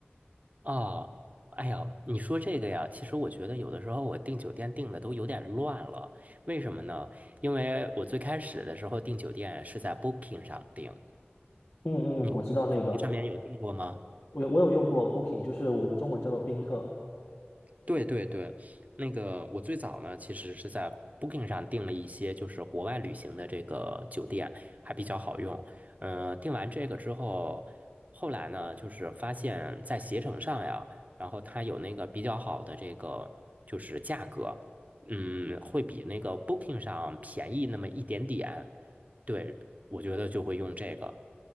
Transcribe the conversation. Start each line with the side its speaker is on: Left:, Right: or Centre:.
Right: 啊，哎呀，你说这个呀，其实我觉得有的时候我订酒店订的都有点乱了，为什么呢？因为我最开始的时候订酒店是在 Booking 上订，
Left: 嗯嗯，
Right: 你你在上面有订过吗？
Left: 我知道那个，我有我有用过 Booking，就是我们中文叫做宾客，
Right: 对对对，那个我最早呢，其实是在 Booking 上订了一些就是国外旅行的这个酒店，还比较好用。嗯、订完这个之后，后来呢，就是发现在携程上呀，然后它有那个比较好的这个就是价格，嗯，会比那个 Booking 上便宜那么一点点。对，我觉得就会用这个。